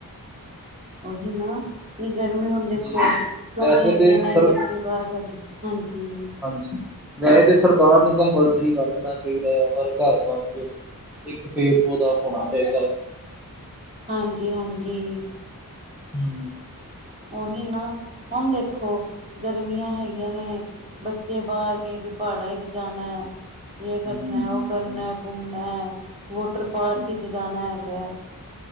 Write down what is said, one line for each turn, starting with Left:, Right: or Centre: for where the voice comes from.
Right: ਉਹੀ ਨਾ ਗਰਮੀ ਹੁਣ ਦੇਖੋ
Centre: ਜੀ
Right: ਛੁੱਟੀਆਂ
Centre: ਵੈਸੇ
Right: ਹੈਗੀਆਂ
Centre: ਤੇ
Right: ਨੇ
Centre: ਸਰ
Right: ਬੱਚੇ ਬਾਹਰ ਹਾਂਜੀ
Centre: ਹਾਂਜੀ ਵੈਸੇ ਤਾਂ ਸਰਕਾਰ ਨੂੰ ਕੰਪਲਸਰੀ ਕਰ ਦੇਣਾ ਚਾਹੀਦਾ ਆ ਹਰ ਘਰ, ਘਰ ਚ ਇੱਕ ਪੇੜ ਪੌਦਾ ਹੋਣਾ ਚਾਹੀਦਾ ਹੈ।
Right: ਹਾਂਜੀ, ਹਾਂਜੀ
Centre: ਹਮ <unintelligible>
Right: ਉਹੀ ਨਾ ਹੁਣ ਦੇਖੋ ਗਰਮੀਆਂ ਹੈਗੀਆਂ ਨੇ ਬੱਚੇ ਬਾਹਰ ਕਏ ਕੇ ਪਹਾੜਾਂ ਚ ਜਾਣਾ। ਯ ਕਰਨਾ
Centre: ਜੀ ਜੀ
Right: ਉਹ
Centre: ਜੀ,
Right: ਕਰਨਾ ਘੁੰਮਣਾ ਵਾਟਰ ਪਾਰਕ
Centre: ਹੂੰ,
Right: ' ਜਾਣਾ ਹੈਗਾ।